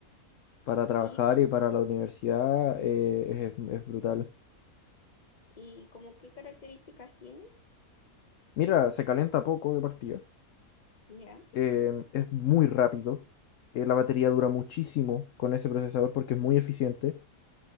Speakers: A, on the left; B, on the left.
A: para trabajar
B: Sí.
A: y para la universidad eh, es, es brutal.
B: ¿Y como qué características tiene?
A: Mira, se calienta poco de partida.
B: Ya,
A: eh, es muy rápido. eh, la batería dura muchísimo con ese procesador porque es muy eficiente.